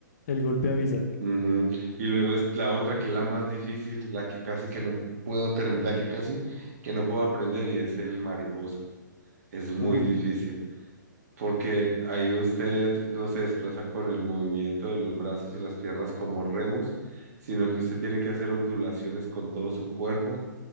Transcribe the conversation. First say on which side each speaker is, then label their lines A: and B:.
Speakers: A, on the left; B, on the right.
A: El golpe avisa.
B: Ujú. Y luego es la otra que es la más difícil, la que casi que no puedo terminar, la que casi que no puedo aprender y es el mariposa. Es muy
A: Uy.
B: difícil porque ahí usted no se desplaza con el movimiento de los brazos y las piernas como remos, sino que usted tiene que hacer ondulaciones con todo su cuerpo,